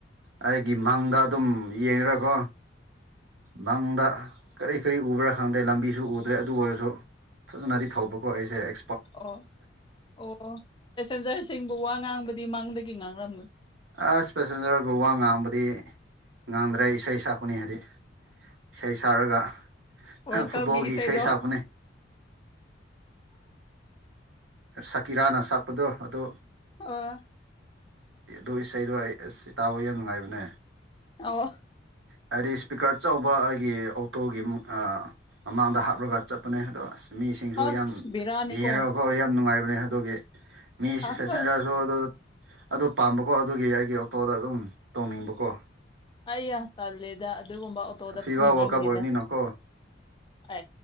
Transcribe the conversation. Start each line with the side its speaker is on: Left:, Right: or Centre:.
Right: ꯑꯩꯒꯤ ꯃꯪꯗ ꯑꯗꯨꯝ ꯌꯦꯡꯀꯣ ꯂꯪꯗ ꯀꯔꯤ ꯀꯔꯤ ꯎꯕ꯭ꯔꯥ ꯈꯪꯗꯦ ꯂꯝꯕꯤꯁꯨ ꯎꯗ ꯑꯗꯨ꯭ꯔꯦ ꯑꯗꯨ ꯑꯣꯏꯔꯁꯨ ꯐꯖꯅꯗꯤ ꯊꯧꯕꯀꯣ ꯑꯩꯁꯦ ꯑꯦ
Left: ꯑꯣ ꯑꯣ ꯄꯦꯁꯦꯟꯖꯔꯁꯤꯡꯕꯨ ꯋꯥ ꯉꯥꯡꯕꯗꯤ ꯃꯥꯡꯗꯒꯤ ꯉꯥꯡꯔꯝꯒꯅꯤ
Right: ꯑꯁ ꯄꯦꯁꯦꯟꯖꯔꯕꯨ ꯋꯥ ꯉꯥꯡꯕꯗꯤ ꯉꯥꯡꯗ꯭ꯔꯦ ꯏꯁꯩ ꯁꯛꯄꯅꯤ ꯍꯥꯏꯗꯤ ꯏꯁꯩ ꯁꯛꯔꯒ
Left: ꯋꯥꯔꯜ
Right: ꯐꯨꯠꯕꯣꯜꯒꯤ
Left: ꯀꯞꯀꯤ ꯏꯁꯩꯗꯣ
Right: ꯏꯁꯩ ꯁꯛꯄꯅꯦ <inaudible> ꯁꯀꯤꯔꯥꯅ ꯁꯛꯄꯗꯣ ꯑꯗꯨ
Left: ꯑ
Right: ꯑꯗꯨ ꯏꯁꯩꯗꯣ ꯑꯩ ꯑꯦꯁ ꯁꯤ ꯇꯥꯕꯣ ꯌꯥꯝ ꯅꯨꯡꯉꯥꯏꯕꯅꯦ
Left: ꯑꯣ
Right: ꯍꯥꯏꯗꯤ ꯏꯁꯄꯤꯀꯔ ꯑꯧꯕ ꯒꯤ ꯑꯣꯇꯣꯒꯤ ꯃꯃꯥꯡꯗ ꯍꯥꯞꯂꯒ ꯆꯠꯄꯅꯦ ꯑꯗꯣ ꯑꯁ ꯃꯤꯁꯤꯡꯁꯨ
Left: ꯑꯁ
Right: ꯌꯥꯝ
Left: ꯕꯤꯔꯥꯅꯤꯀꯣ
Right: ꯌꯦꯡꯉꯒꯈꯣ ꯌꯥꯝ ꯅꯨꯡꯉꯥꯏꯕꯅꯦ ꯑꯗꯨꯒꯤ ꯃꯤ ꯏꯁ
Left: ꯑꯁ
Right: ꯐꯦꯁꯦꯟꯖꯔꯁꯨ
Left: ꯑꯁ
Right: ꯑꯗꯨ ꯑꯣ ꯄꯥꯝꯕꯀꯣ ꯑꯗꯨꯒꯤ ꯑꯩꯒꯤ ꯑꯣꯇꯣꯗ ꯑꯗꯨꯝ ꯇꯧꯅꯤꯡꯕꯀꯣ
Left: ꯑꯩ ꯇꯜꯂꯦꯗ ꯑꯗꯨꯒꯨꯝꯕ ꯑꯣꯇꯣꯗ
Right: ꯐꯤꯐꯥ
Left: ꯐꯝꯅꯤꯡꯗꯦꯗ
Right: ꯋꯥꯔꯜ ꯀꯞ ꯑꯣꯏꯕꯅꯤꯅꯀꯣ
Left: ꯑ